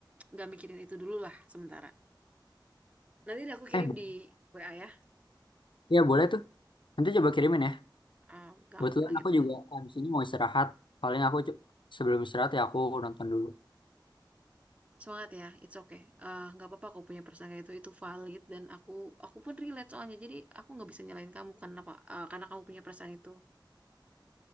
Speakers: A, on the right; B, on the left.
A: nggak mikirin itu dulu lah sementara. Nanti deh aku kirim
B: Eh, bo-
A: di WA ya.
B: ya boleh tuh. Nanti coba kirimin ya.
A: Eh, gampang
B: Kebetulan aku
A: itu.
B: juga abis ini mau istirahat. Paling aku cu- sebelum istirahat ya aku nonton dulu.
A: Semangat ya, it's okay. Eh, nggak apa-apa aku punya perasaan kayak itu itu valid dan aku aku pun relate soalnya. Jadi aku nggak bisa nyalain kamu karena apa? eh, karena kamu punya perasaan itu.